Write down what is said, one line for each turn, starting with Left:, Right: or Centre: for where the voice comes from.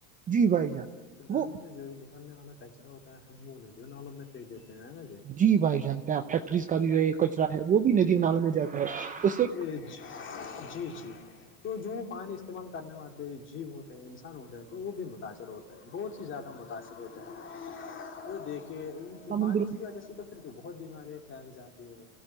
Right: جی بھائی جان
Left: تو گھر
Right: وہ
Left: میں جو نکلنے والا کچرا ہوتا ہے ہم وہ نہیں جو نالوں میں پنیک دیتے ہیں نا
Right: جی بھائی جان پ فیکٹریز
Left: تو
Right: کا بھی جو کچرا ہے وہ بھی ندی نال میں جاتا ہے اس سے
Left: اج جی جی تو جو پانی استعمال کرنے والے جیو ہوتے ہیں انسان ہوتے ہیں تو وہ بھی متاثر ہوتے ہیں بہت سی زیادہ متاثر ہوتے ہیں دیکھیے ان
Right: سمندر
Left: سے بانی وجہ سے تو پھر بہت بیماریاں پھیل جاتی ہے